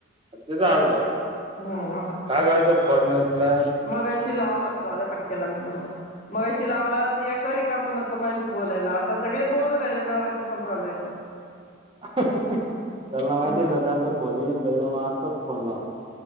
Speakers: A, on the right; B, on the left.
A: तिचा
B: हम्म
A: हललं
B: हम्म
A: का का तो फोनला
B: मग अशी लावलं जाऊ कट केला म मरता मग अशी लावला तर या कररी का म्हणवतं मग अशी बोलायला आता सगळे बोलू राहिले नवऱ्याचा फोन चालूयं
A: त्यांला माहिती
B: हम्म
A: आहे ना त्यांचा फोन येन त्याच्यामुळे आताच फोन लावा